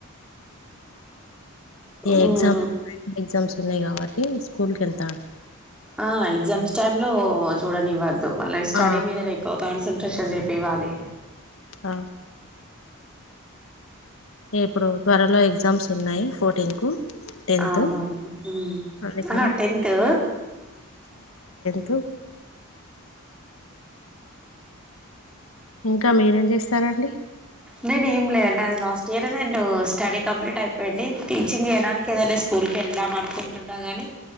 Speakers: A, in the centre; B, on the left (about 70°).
A: ఆ
B: ఏ ఎగ్జామ్ ఎగ్జామ్స్ ఉన్నాయి కాబట్టి స్కూల్కి <unintelligible>
A: ఆ ఎగ్జామ్స్ టైమ్ లో చూడనివ <unintelligible> వళ్ళా నీ స్టడీ
B: ఆ
A: మీదనే ఎక్కువ కాన్సన్ంట్రేషన్ చెపి వాలి
B: అ ఇప్పుడు త్వరలో ఎగ్జామ్స్ ఉన్నాయి ఫోర్టీన్ కు టెన్త్
A: అవునవును
B: అందుకని
A: ఆ టెంతు
B: తు ఇంకా మీరేం చేస్తారండి
A: నేను ఏం లేదండి నాది లాస్ట్ ఇయర్ నేను స్టడీ కంప్లీట్ అయిపోయిడి టీచింగ్ చేయడానికి ఏదన స్కూల్కి వెళ్దాం అనుకుంటున్నా గాని